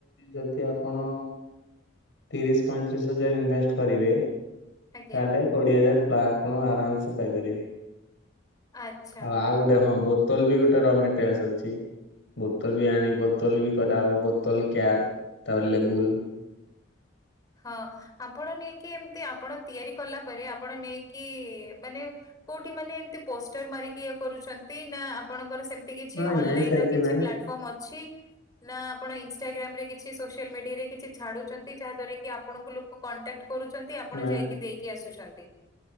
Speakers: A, on the left (about 70°); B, on the left (about 20°).
A: ଯଦି ଆପଣ ତିରିଶ ପଇଁତିରିଶ ହଜାର ଇନଭେଷ୍ଟ କରିବେ
B: ଆଜ୍ଞା
A: ତାହେଲେ କୋଡିଏ ହଜାର ଆପଣ ଆରାମସେ ପାଇପାରିବେ।
B: ଆଚ୍ଛା
A: ଆଉ ଆଉ ଗୋଟେ ହଁ ବୋତଲ ବି ଗୋଟେ ରାମ୍ୟାଟେରିଆଲସ ଅଛି। ବୋତଲ ବି ଆଣୀ ବୋତଲ ବି କରା ହବ ବୋତଲ କ୍ୟାପ୍ ତାପରେ ଲେବୁଲ।
B: ହଁ ଆପଣ ନେଇକି ଏମତି, ଆପଣ ତିଆରି କଲା ପରେ ଆପଣ ନେଇକି ମାନେ କୋଉଠି ମାନେ ଏମତି ପୋଷ୍ଟର ମାରିକି ଇଏ କରୁଚନ୍ତି ନା ଆପଣଙ୍କର ସେମିତି କିଛି
A: ନାଇଁ
B: ଅନଲାଇନ
A: ନାଇଁ ସେମିତି
B: ର କିଛି
A: ନାଇଁ
B: ପ୍ଲାଟଫର୍ମ ଅଛି ଅଛି ନା ଆପଣ ଇନଷ୍ଟାଗ୍ରାମ ରେ କିଛି ସୋସିଆଲ ମିଡିଆରେ କିଛି ଛାଡୁଚନ୍ତି ଯାହା ଦ୍ଵାରା କି କି ଆପଣଙ୍କୁ ଲୋକ କଣ୍ଟାକ୍ଟ କରୁଛନ୍ତି, ଆପଣ
A: ନାଇଁ
B: ଯାଇକି ଦେଇକି ଆସୁଛନ୍ତି?